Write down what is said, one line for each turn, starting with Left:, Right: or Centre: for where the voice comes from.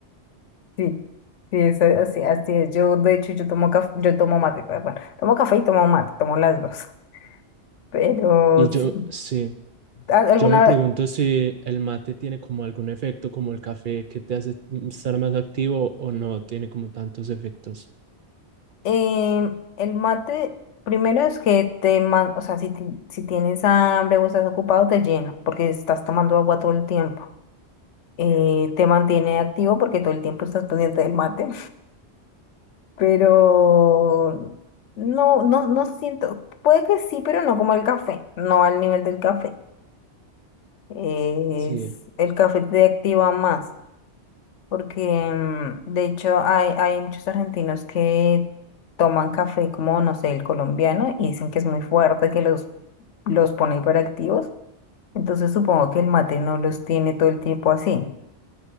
Left: Sí, sí, es así, así es. Yo, de hecho, yo tomo café, yo tomo mate, perdón, tomo café y tomo mate, tomo las dos. Pero
Right: Y yo,
Left: sí,
Right: sí,
Left: ¿al- ¿alguna
Right: yo me pregunto si el mate tiene como algún efecto como el café que te hace estar más activo o no tiene como tantos efectos.
Left: Eh, el mate, primero es que te, ma- o sea, si, ti- si tienes hambre o estás ocupado, te llena, porque estás tomando agua todo el tiempo. Eh, te mantiene activo porque todo el tiempo estás pendiente del mate. <laughs> Pero no, no, no siento, puede que sí, pero no como el café, no al nivel del café. Es,
Right: Sí,
Left: el café te activa más. porque mm, de hecho hay, hay muchos argentinos que toman café como, no sé, el colombiano y dicen que es muy fuerte, que los, los pone hiperactivos. Entonces supongo que el mate no los tiene todo el tiempo así.